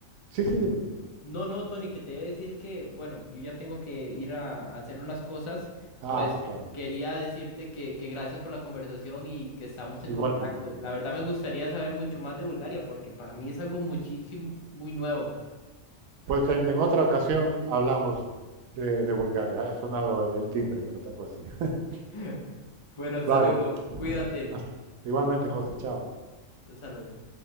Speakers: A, on the right; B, on the left.
A: Sí, sí, dime.
B: No, no, Tony, que te iba a decir que, bueno, yo ya tengo que ir a, a hacer unas cosas.
A: Ah,
B: Pues
A: claro.
B: quería decirte que, que gracias por la conversación y que estamos en contacto.
A: Igualmente.
B: La verdad me gustaría saber mucho más de Bulgaria porque para mí es algo muchísimo, muy nuevo.
A: Pues en, en otra ocasión hablamos de, de Bulgaria. Ha sonado el timbre, que lo tengo así. <laughs>
B: <laughs> Bueno, hasta
A: Vale.
B: luego. Cuídate.
A: hasta- Igualmente, José. Chao.
B: Hasta luego.